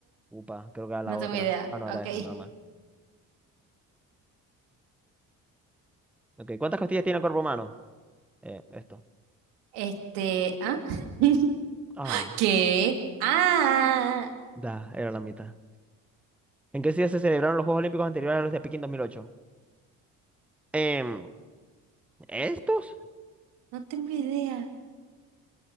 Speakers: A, in the centre; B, on the right.
A: Upa, creo que era la
B: No
A: otra.
B: tengo idea.
A: Ah, no,
B: Ok.
A: era esa, menos mal. Ok, ¿cuántas costillas tiene el cuerpo humano? Eh, esto.
B: Este... ¿Ah? <laughs>
A: Ah,
B: ¿Qué? Ah.
A: da, era la mitad. ¿En qué ciudad se celebraron los Juegos Olímpicos anteriores a los de Pekín 2008? Em, ¿estos?
B: No tengo idea.